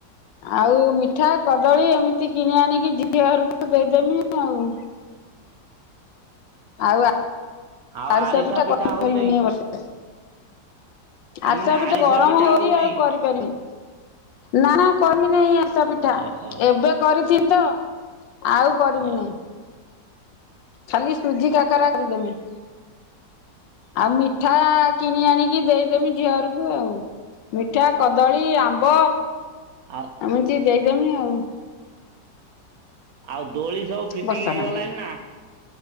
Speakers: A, on the left; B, on the right.
A: ଆଉ ମିଠା, କଦଳୀ, ଏମିତି କିଣି ଆଣିକି ଝିଅ ଘରକୁ ଦେଇଦେବି ଆଉ। ଆଉ
B: ଆଉ
A: ଆାରସା
B: ଆରିସା
A: ପିଠା କଣ
B: ହଉନେଇ
A: କରିବୁନି ଏଇ ବର୍ଷ।
B: ମୁଁ
A: ଆରସା
B: କହିନି
A: ପିଠା
B: ଆରିସା
A: ଗରମ ହଉଛି
B: ହଉନେଇ।
A: ଆଉ କରିପାରିନି। ନା ନା କରି ନାହିଁ ଆରସା ପିଠା
B: ଓହୋ
A: ଏବେ କରିଚି ତ ଆଉ କରିବି
B: ହ
A: ନାଇଁ। ଖାଲି ସୁଜି କାକରା କରିିଦେବି। ଆଉ ମିଠା କିଣି ଆଣିକି ଦେଇ ଦେମି ଝିଅ ଘରକୁ ଆଉ, ମିଠା, କଦଳୀ, ଆମ୍ବ
B: ଆଉ
A: ଏମିତି ଦେଇ ଦେମି ଆଉ।
B: ଆଉ ଦୋଳି ସବୁ ଫିଟିଙ୍ଗ
A: ବସା
B: ହେଇଗଲାଣି
A: ନାହିଁ।
B: ନା?